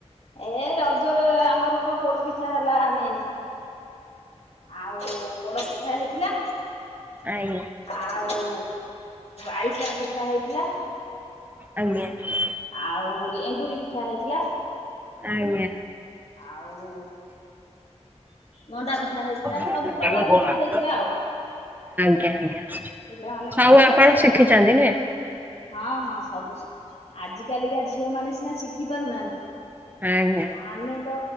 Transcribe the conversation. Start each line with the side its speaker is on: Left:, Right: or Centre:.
Left: ଏ ରଜ- ଆମର ତ- ପୋଡ଼ ପିଠା ହେଲା ଆମେନ୍ ଆଉ- ପ- ପିଠା ହେଇଥିଲା
Right: ଆଜ୍ଞା
Left: ଆଉ ଆରିସାଣ ପିଠା ହେଇଥିଲା-
Right: ଆଜ୍ଞା-
Left: ଆଉ ଏଣ୍ଡୁରି ପିଠା ହେଇଥିଲା-
Right: ଆଜ୍ଞା
Left: ଆଉ ମଣ୍ଡା ପିଠା ହେଇଥିଲା
Right: ଆଜ୍ଞା।
Left: ସବୁ ପ୍ରକାର ପିଠା ହେଇଥିଲା ଆଉ-
Right: ଆଜ୍ଞା ଆଜ୍ଞା।
Left: ପିଲାମାନେେ
Right: ସବୁ
Left: ଖାଇଲେ।
Right: ଆପଣ <unintelligible>
Left: ହଁ ହଁ ସବୁ ଶିଖିଚି ଆଜିିକାଲିକା ଝିଅ ମାନେ ସିନା ଶିଖି ପାରୁନାହାନ୍ତି।
Right: ଆଜ୍ଞା
Left: ଆମେ ତ